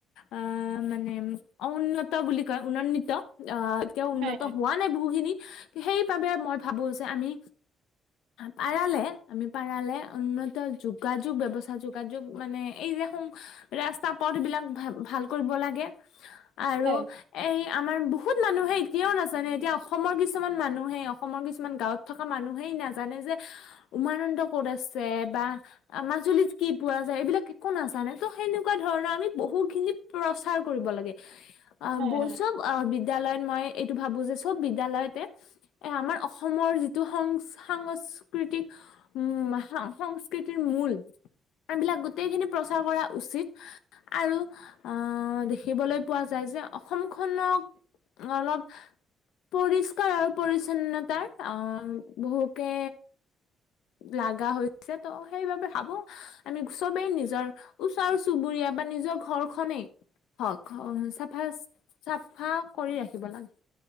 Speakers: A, on the left; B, on the right.
A: অ মানে অউন্নত বুলি কয়, উনন্নিত আহ এতিয়া উন্নত
B: হয় হয়
A: হোৱাত মানে বহুখিনি সেইবাবে মই ভাবো যে আমি পাৰালে আমি পাৰালে উন্ন ত যোগাযোগ ব্যৱস্থা যোগাযোগ মানে এই দেখোন ৰাস্তা পথ বিলাক ভা ভাল কৰিব লাগে, আৰু
B: হয়
A: এই আমাৰ বহুত মানুহে এতিয়াও নাজানে এতিয়া অসমৰ কিছুমান মানুহে অসমৰ কিছুমান গাঁৱত থকা মানুহেই নাজানে যে উমানন্দ ক'ত আছে বা আ মাজুলীত কি পোৱা যায় এইবিলাক একো নাজানে ত' সেনেকুৱা ধৰণৰ আমি বহুখিনি প্ৰচাৰ কৰিব লাগে। আহ <unintelligible>
B: হয় হয়
A: অহ' বিদ্যালয়ত মই এইটো ভাবোঁ যে চব বিদ্যালয়তে এ আমাৰ অসমৰ যিটো সং সাংস্কৃতিক উম' সা সং কৃতিৰ মূল এইবিলাক গোটেইখিনি প্ৰচাৰ কৰা উচিত। আৰু আদেখিবলৈ পোৱা যায় যে অসমখনক অলপ পৰিষ্কাৰ আৰু পৰিচ্ছন্নতাৰ অহ বহুকে লাগা হৈছে ত' সেইবাবে ভাবোঁ আমি চবেই নিজৰ- ওচৰ চুবুৰীয়া বা নিজৰ ঘৰখনেই। হওঁক চাফা চাফা কৰি ৰাখিব লাগে।